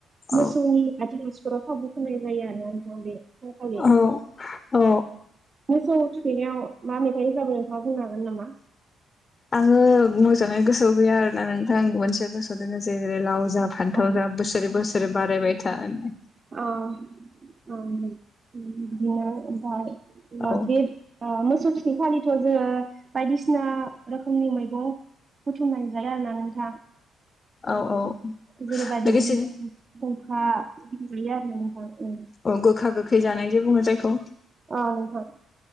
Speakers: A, on the left; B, on the right.
A: औ
B: मोसौनि आथिं आसुगुराव थावबो फुननाय जायो आरो ना नोंथां बे सानखालि
A: औ औ
B: सौ थुखैनायाव मा मेथाइ मा मेथाइ रोजाबो <unintelligible> नामा?
A: आङो मोजाङै गोसोआव गैया आरो ना नों आं मोनसे गोसो दोङो जेरै लाव जा फान्थाव
B: औ
A: जा बोसोरै बोसोरै बारायबाय थानो होननाय
B: अ <unintelligible> बिदिनो ओमफाय ओ
A: औ
B: बे ओ मोसौ थुखैखालि थ' जोङो बायदिसिना रोखोमनि मैगं बुथुमनानै जायो आरोना नोंथां
A: औ औ
B: जेरैबादि
A: लोगोसेनो
B: बि <unintelligible> फुंखा जायो आरो नोंथां ओं
A: अ गोखा गोखै जानाय जे बुङो जायखौ
B: अ नोंथां